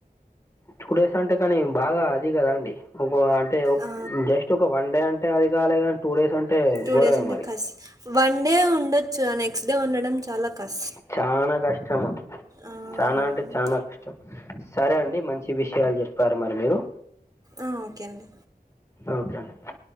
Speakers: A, on the left; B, on the right.
A: two days అంటే కానీ బాగా అది కదా అండి ఒక అంటే
B: ఆ!
A: జస్ట్ ఒక వన్ డే అంటే అది కాలే కానీ టూ డేస్ అంటే
B: టూ
A: ఘోరమే
B: డేస్ అంటే
A: మరి
B: కస్ వన్ డే ఉండొచ్చు ఆ నెక్స్ట్ డే ఉండడం చాలా కస్
A: చానా కష్టము
B: ఆ!
A: చానా అంటే చానా కష్టం సరే అండి మంచి విషయాలు చెప్పారు మరి మీరు
B: ఆ ఓకే అండి
A: ఓకే అండి